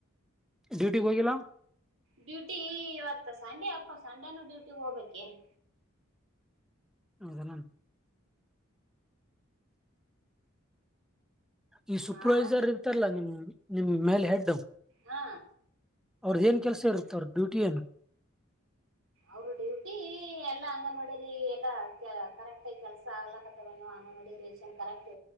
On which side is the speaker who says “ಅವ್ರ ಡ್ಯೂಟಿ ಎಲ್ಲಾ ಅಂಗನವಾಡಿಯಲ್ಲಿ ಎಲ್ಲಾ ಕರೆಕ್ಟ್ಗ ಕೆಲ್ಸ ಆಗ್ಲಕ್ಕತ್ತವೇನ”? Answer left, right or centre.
Right